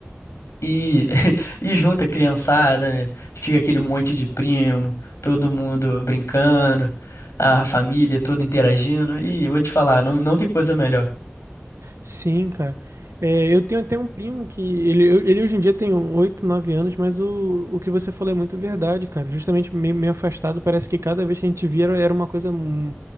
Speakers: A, on the left (about 75°); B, on the right (about 80°).
A: E, <laughs> e junta a criançada, né? Fica aquele monte de primo, todo mundo brincando, a família toda interagindo. E eu vou te falar, não, não tem coisa melhor.
B: Sim, cara. É, eu tenho até um primo que ele, eu- ele hoje em dia tem 8 9 anos, mas o, o que você falou é muito verdade, cara. Justamente meio meio, afastado, parece que cada vez que a gente via era, era uma coisa hum,